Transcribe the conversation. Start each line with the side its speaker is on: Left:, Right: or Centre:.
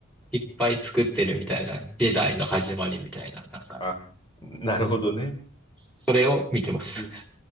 Centre: いっぱい作ってるみたいな、ジェダイの始まりみたいな、なんか、
Left: あ、なるほどね。
Centre: それを見てます。
Left: うん